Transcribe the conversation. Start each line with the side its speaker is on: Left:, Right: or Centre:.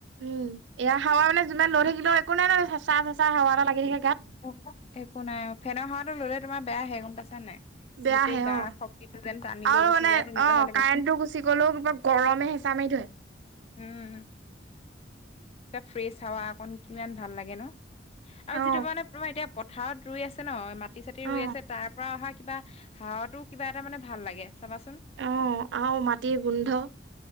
Right: উম এয়া হাৱা মানে যিমান লৈ থাকিলেও একো নাই ন চা চেচা হাৱা এটা লাগি থাকে। গাত
Left: অ' একো নাই অ' ফেনৰ হাবাটো ললে তোমাৰ বেয়া আহে গম পাইচা নে নাই?
Right: বেয়াহে
Left: গোটেই গাৰ
Right: অ'
Left: শক্তিটো যেন টানি
Right: আৰু
Left: লৈ গুচি
Right: মানে
Left: যায় তেনেকুৱাহে
Right: অ'
Left: লাগে
Right: কাৰেণ্টটো গুচি গলেও কিবা গৰমে হেঁচা মাৰি ধৰে।
Left: উম। ফ্ৰেছ হাৱা অকন কিমান ভাল লাগে ন আৰু
Right: অ
Left: যিটো মানে তোমাৰ এতিয়া পথাৰত ৰুই আছে ন মাটি চাতি
Right: অ
Left: ৰুই আছে তাৰ পৰা অহা কিবা হাবাতো মানে কিবা এটা মানে ভাল লাগে। চাবাচোন
Right: অ' আৰু মাটিৰ গোন্ধ।